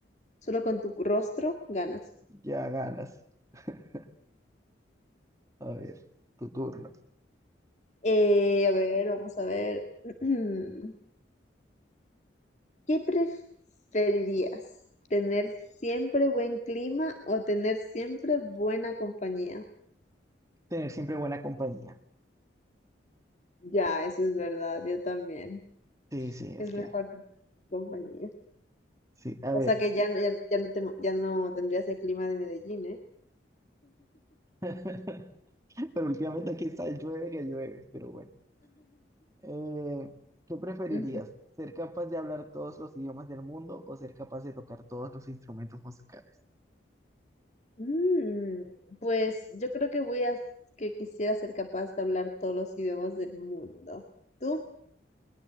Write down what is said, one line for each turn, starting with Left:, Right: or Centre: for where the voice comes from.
Left: solo con tu rostro ganas.
Right: ya ganas. <laughs> A ver, tu turno.
Left: Eh, a ver, vamos a ver. <clears throat> ¿Qué preferirías, tener siempre buen clima o tener siempre buena compañía?
Right: Tener siempre buena compañía.
Left: Ya, eso es verdad, yo también.
Right: Sí, sí, es
Left: Es
Right: que,
Left: mejor tener buena compañía.
Right: sí, a
Left: O
Right: ver.
Left: sea que ya, no- ya, ya no te, ya no tendrías el clima de Medellín, ¿eh?
Right: <laughs> Pero últimamente aquí está, llueve que llueve, pero bueno. Eh, ¿qué preferirías?
Left: Ujú.
Right: ¿Ser capaz de hablar todos los idiomas del mundo o ser capaz de tocar todos los instrumentos musicales?
Left: Mm, pues yo creo que voy a que quisiera ser capaz de hablar todos los idiomas del mundo. ¿Tú?